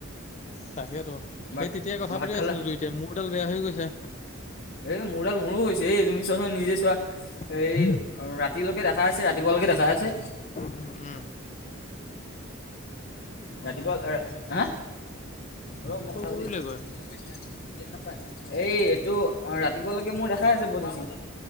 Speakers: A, on the left; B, on the left.
A: তাকেইটো
B: ভাত
A: সেই তেতিয়াই কথা
B: ভাত
A: পাতি
B: খালা
A: আছিলোঁ দুইটাই মোৰডাল বেয়া হৈ গৈছে।
B: এ মোৰডাল মোৰো হৈছে এই তুমি চোৱাচোন নিজে চোৱা।
A: সঁচাকে।
B: এই ৰাতিলৈকে দেখাই আছে ৰাতিপুৱালৈকে দেখাই আছে।
A: উম উম
B: ৰাতিপুৱা হা।
A: এইটো
B: ৰ, মই
A: শ্ব'
B: কথা
A: কৰিলেগৈ
B: পাতি আছো। নেট নাপায়, এই এইটো ৰাতিপুৱালেকে মোৰ দেখাই আছে মোৰ পজেচিং।